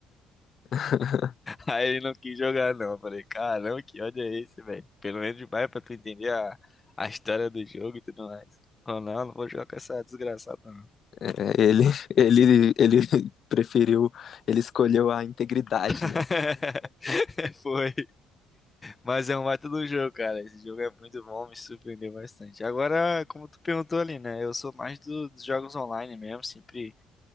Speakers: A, on the left; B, on the left.
A: <laughs>
B: Aí ele não quis jogar, não. Eu falei, caramba, que ódio é esse, velho? Pelo menos demais pra tu entender a, a história do jogo e tudo mais. Falou, não, não vou jogar com essa desgraçada, não.
A: É, ele, ele, ele preferiu, ele escolheu a integridade,
B: <laughs>
A: né?
B: Foi. Mas é um baita do jogo, cara. Esse jogo é muito bom, me surpreendeu bastante. Agora, como tu perguntou ali, né? Eu sou mais do- dos jogos online mesmo, sempre,